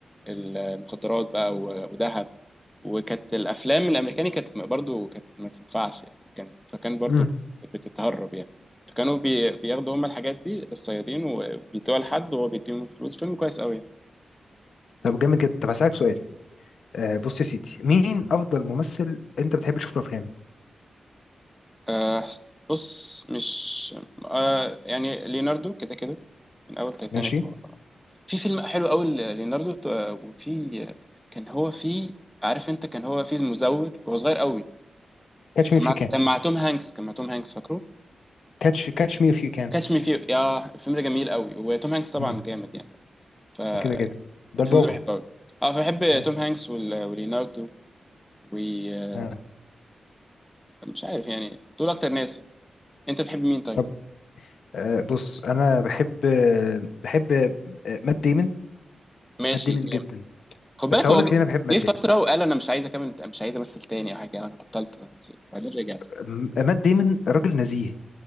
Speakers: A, in the centre; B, on the left.
A: المخدرات بقى و- وذهب وكانت الافلام الامريكاني كانت برضو كانت ما تنفعش يعني كان فكان برضو
B: مم.
A: بتتهرب يعني فكانوا بي- بياخدوا هم الحاجات دي للصيادين وبيدوها لحد وهو بيديهم الفلوس فيلم كويس قوي يعني.
B: طب جامد جدا طب هسألك سؤال آه بص يا سيدي مين افضل ممثل انت بتحب تشوف له افلام
A: آه بص مش آه يعني ليوناردو كده كده من اول تايتانيك
B: ماشي
A: في فيلم حلو قوي ليوناردو آه، وفي كان هو في عارف انت كان هو في مزور وهو صغير قوي
B: كاتش
A: كان
B: مي اف
A: مع
B: يو كان
A: كان مع توم هانكس كان مع توم هانكس فاكره
B: كاتش كاتش مي اف يو كان
A: كاتش مي فيه يا الفيلم ده جميل قوي وتوم هانكس طبعا
B: مم.
A: جامد يعني فالفيلم
B: ده كده كده ده البابا
A: ده بحبه قوي اه فبحب
B: آه.
A: توم هانكس وال- وليوناردو ومش
B: آه.
A: عارف يعني دول اكتر ناس انت بتحب مين طيب
B: طب آه بص انا بحب آه بحب آه مات ديمون
A: ماشي
B: مات ديمون جدا
A: خد
B: بس
A: بالك
B: هقول
A: هو
B: لك
A: جه لو-
B: ليه انا بحب مات
A: جه فتره
B: ديمون
A: وقال انا مش عايز اكمل مش عايز امثل تاني او حاجه انا بطلت تمثيل بعدين رجعت
B: م- مات ديمون راجل نزيه